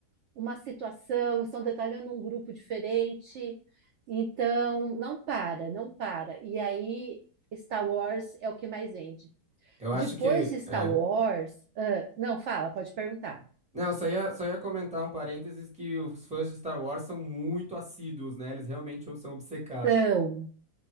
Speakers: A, on the right (about 65°); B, in the centre.
A: uma situação, estão detalhando um grupo diferente. Então, não para, não para. E aí, Star Wars é o que mais vende.
B: Eu acho
A: Depois
B: que.
A: de Star
B: É.
A: Wars, ah, não, fala, pode perguntar.
B: Não, só ia, só ia comentar um parênteses que os fãs de Star Wars são muito assíduos, né? Eles realmente são obcecados.
A: São,